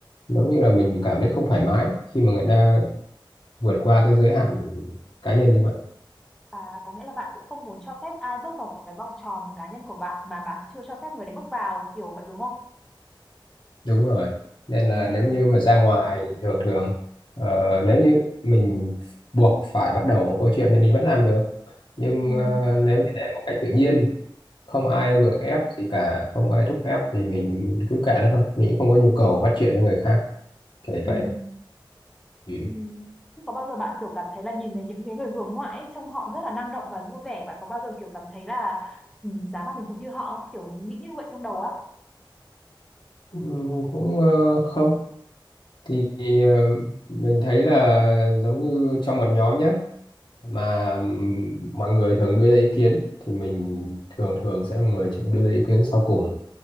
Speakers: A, on the left; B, in the centre.
A: giống như là mình cảm thấy không thoải mái khi mà người ta vượt qua cái giới hạn cá nhân như vậy
B: à, có nghĩa là bạn cũng không muốn cho phép ai bước vào một cái vòng tròn cá nhân của bạn mà bạn chưa cho phép người đấy bước vào kiểu vậy đúng không?
A: đúng rồi nên là
B: Ừm,
A: nếu như mà ra ngoài thường thường ờ, nếu như mình buộc phải bắt đầu một câu chuyện thì mình vẫn làm được nhưng
B: ừm,
A: ờ, nếu như để một cách tự nhiên không ai gượng ép gì cả không ai thúc ép thì mình cứ kệ nó thôi mình cũng không có nhu cầu bắt chuyện với người khác kiểu như
B: ừm.
A: vậy ừ.
B: Ừ. Thế Có bao giờ bạn kiểu cảm thấy là nhìn thấy những cái người hướng ngoại ấy, trông họ rất là năng động và vui vẻ bạn có bao giờ kiểu cảm thấy là ừ, giá mà mình cũng như họ không? kiểu nghĩ như vậy trong đầu á
A: Ừ, cũng ờ, không thì ờ, mình thấy là giống như trong một nhóm nhé mà ừm, mọi người thường đưa ra ý kiến thì mình thường thường sẽ là người chịu đưa ra ý kiến sau cùng